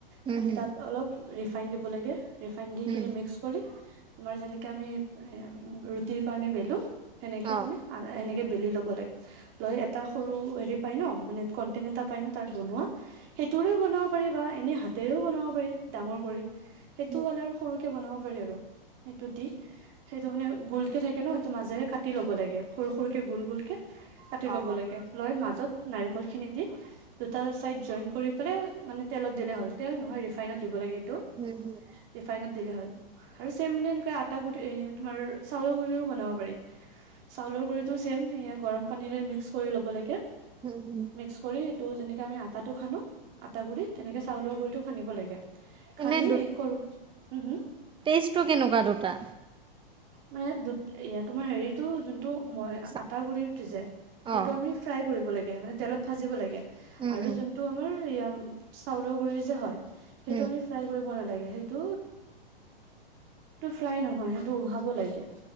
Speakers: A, on the right (about 15°); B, on the right (about 40°).
A: হুম
B: সানি
A: হুম
B: তাত অলপ। ৰিফাইণ্ দিব লাগে। ৰিফাইন দিখিনি
A: হুম
B: মিক্স তোমাৰ যেনেকে আমি এ ৰুটিৰ কাৰণে বেলো। সেনেকে
A: অ
B: মানে, সেনেকে বেলি ল'ব লাগে। লৈ এটা সৰু হেৰি পাই ন মানে কন্টেন এটা পাই ন, তাৰ বনোৱা সেইটোৰেও বনাব পাৰি, বা এনে হাতেৰেও বনাব পাৰি, ডাঙৰ কৰি। সেইটো
A: হুম,
B: হ'ল আৰু সৰুকে সেইটো বনাব পাৰি সেইটো দি সেইটো মানে গোল কে থাকে ন, সেইটো মাজেৰে কাটি লব লাগে। সৰু-সৰুকে গোল, গোল কে। কাটি
A: অ
B: ল'ব লাগে, লৈ মাজত নাৰিকল খিনি দি, দুটা চাইড জইন কৰি পেলাই মানে তেলত দিলে হ'ল, তেল নহয় ৰিফাইনত দিব লাগে। আৰু
A: হুম হুম
B: ৰিফাইনত দিলে হ'ল। আৰু চেমনেম মানে, এনেক আতা তোমাৰ চাউলৰ গুৰি বনাব পাৰি, চাউলৰ গুৰিটো চেম সয়া গৰম পানীৰে মিক্স কৰি ল'ব লাগে।
A: হুম হুম
B: মিক্স কৰি সেইটো যেনেকে এতি আমি আটাটো খানো। আটা গুৰি, তেনেকে চালৰ গুৰি টো, সানিব লাগে। খানি
A: এনে
B: সৰু, হুম, হুম।
A: টেষ্টটো কেনেকুৱা দুটা?
B: মানে দু, এ তোমাৰ হেৰিতো যোন টো, মই
A: চা-
B: আটাগুৰি যে
A: অ
B: সেইটো আমি ফ্ৰাই কৰিব লাগিব। এতিয়া মানে তেলত ভাজিব লাগে।
A: উম,
B: আৰু
A: উম,
B: যোনটো আমাৰ উম চাউলৰ গুৰি যে হয়। সেইটো
A: উম,
B: আমি ফ্ৰাই কৰিব নালাগ সেইটো ফ্ৰাই নহয় সে টো উহাব লাগে।